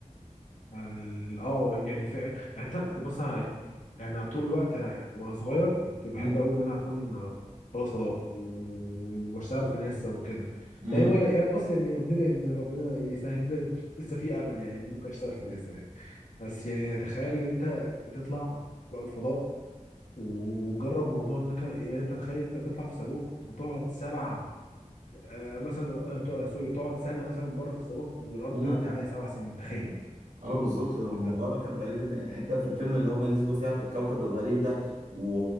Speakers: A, on the left (about 70°); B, on the right (about 80°).
A: ال- اه يعني ف... يعني انت بص انا يعني طول الوقت وانا صغير كنت بحب
B: امم
A: قوي ان انا اكون رائد فضاء و- واشتغل في ناسا وكده
B: امم
A: يعني يعني بص يعني ندعي ان ربنا يسهل لنا- لسه في امل يعني ان ممكن اشتغل في ناسا يعني بس يعني تخيل انت تطلع رائد فضاء وجرب موضوع انك يعني انت تخيل انت تطلع في صاروخ وتقعد سبع آه مثلا آه تق- آه، سوري تقعد سنه مثلا بره في الصاروخ والارض
B: امم
A: تعدي عليها سبع سنين تخيل
B: اه بالظبط ده الموضوع
A: أبيض.
B: ده كان غريب جدا يعني الحته في الفيلم اللي هم نزلوا فيها في الكوكب الغريب ده و...